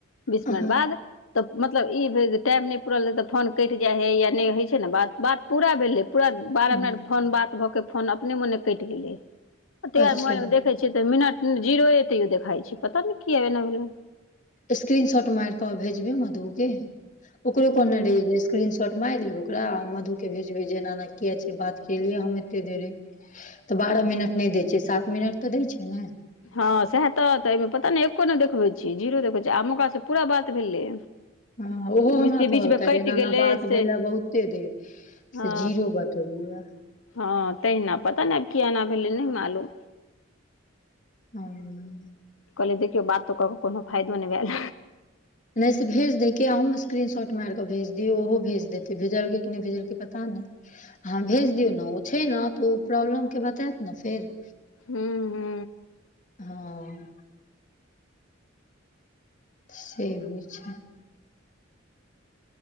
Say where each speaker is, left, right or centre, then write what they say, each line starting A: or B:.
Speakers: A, on the left (about 85°); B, on the left (about 40°).
A: बीस
B: हँ
A: मिनट बाद तऽ मतलब ई भेल जे टाइम नै पूरल रहै तऽ फोन कइट जाइ हइ या नै होइ छै न बात, बात पूरा भेलै पूरा बारह
B: हँ,
A: मिनट फोन बात भऽके फोन अपने मोने कइट गेलै। तऽ
B: अच्छा
A: मोबाइल में देखैय छियै तऽ मिनट जीरोए तैयो देखाई छै पता नै किए एना भेलै।
B: स्क्रीन शॉट माइर कऽ भेजबै मधु के, ओकरो
A: हँ
B: कहने रहियै जे स्क्रीन शॉट माइर लेब ओकरा आ मधु के भेजबै जे एना-एना किया छै बात केलियै हम एते देरे। तऽ बारह मिनट नै दै छै सात मिनट तऽ दै छै ने।
A: हँ सएह तऽ तऽ एहि में पता नै एक्को नै देखबै छै जीरो देखबै छै आ मकासँ पूरा बात भेलै।
B: हँ ओहो
A: बुझतियै
B: हमरा कहलकै
A: बीचमे कटि
B: जे एना-एना
A: गेलै
B: बात
A: से
B: भेला बहुते देर
A: हँ
B: से जीरो बात। पौआ।
A: हँ तहिना पता नै किया एना भेलै नै मालूम।
B: हूं।
A: कहलै देखियौ बातो कऽ कऽ कोनो फायदो नै भैल।
B: नै से भेज दै के अहूँ स्क्रीन शॉट माइर कऽ भेज दियौ ओहो भेज देतै भेजलकै की नै भेजलकै पता नै। हँ भेज दियौ न ओ छै न तऽ ओ प्रॉब्लम के बतैत न फेर।
A: हूं।
B: हँ से होइ छै।